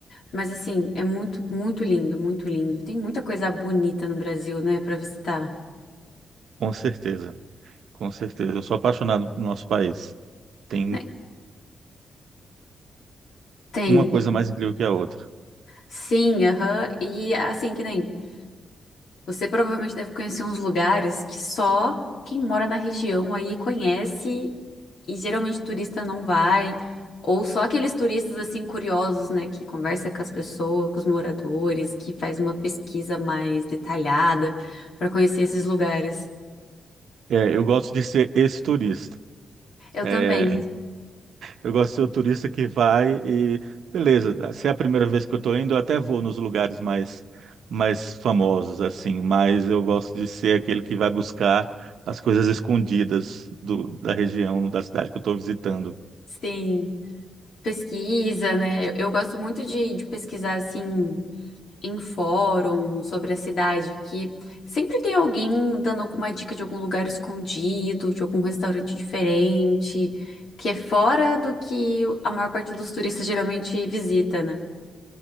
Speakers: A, on the left; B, on the right.
A: Mas assim, é muito, muito lindo, muito lindo. Tem muita coisa bonita no Brasil, né, pra visitar.
B: com certeza. Com certeza. Eu sou apaixonado pelo nosso país. Tem
A: né? Tem,
B: uma coisa mais incrível que a outra.
A: sim, aham. E assim, que nem. Você provavelmente deve conhecer uns lugares que só quem mora na região aí conhece e geralmente turista não vai, ou só aqueles turistas assim curiosos, né, que conversa com as pessoas, com os moradores, que faz uma pesquisa mais detalhada para conhecer esses lugares.
B: É, eu gosto de ser esse turista.
A: Eu
B: É,
A: também,
B: eu gosto de ser o turista que vai e, beleza, se é a primeira vez que eu estou indo, eu até vou nos lugares mais, mais famosos, assim, mas eu gosto de ser aquele que vai buscar as coisas escondidas do- da região, da cidade que eu estou visitando.
A: sim, pesquisa, né? Eu, eu gosto muito de, de pesquisar assim em fórum sobre a cidade, que sempre tem alguém dando alguma dica de algum lugar escondido, de algum restaurante diferente, que é fora do que a maior parte dos turistas geralmente visita, né?